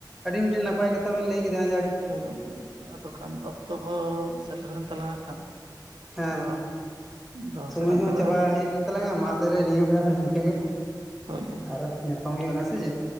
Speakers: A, in the centre; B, on the right (about 80°).
A: ᱟᱹᱰᱤ ᱢᱤᱫᱴᱮᱱ ᱱᱟᱯᱟᱭ ᱠᱟᱛᱷᱟ ᱵᱮᱱ ᱞᱟᱹᱭ ᱠᱮᱫᱟ ᱡᱟᱦᱟᱸᱡᱟᱦᱟᱸ
B: ᱦᱩᱭ ᱜᱚᱝᱠᱮ ᱟᱫᱚ ᱠᱷᱟᱱ ᱚᱠᱛᱚ ᱠᱚ ᱥᱮᱴᱨᱮᱱ ᱛᱟᱞᱟᱝ ᱠᱷᱟᱱ
A: ᱦᱮᱸ
B: ᱟᱫᱚ ᱫᱚᱦᱚ
A: ᱥᱚᱢᱚᱭ
B: ᱥᱮᱫ ᱞᱟᱝ
A: ᱦᱚᱸ
B: ᱪᱟᱞᱟᱜᱼᱟ
A: ᱪᱟᱵᱟ ᱦᱮᱡᱮᱱ ᱛᱟᱞᱟᱝᱟ ᱢᱟ ᱛᱟᱦᱚᱞᱮ ᱱᱤᱭᱟᱹ ᱵᱮᱲᱟ ᱫᱚ ᱱᱤᱝᱠᱟᱹ ᱜᱮ,
B: ᱦᱳᱭ ᱦᱳᱭ
A: ᱟᱨ ᱧᱟᱯᱟᱢ ᱦᱩᱭᱩᱜ ᱱᱟ ᱥᱮ ᱪᱮᱫ,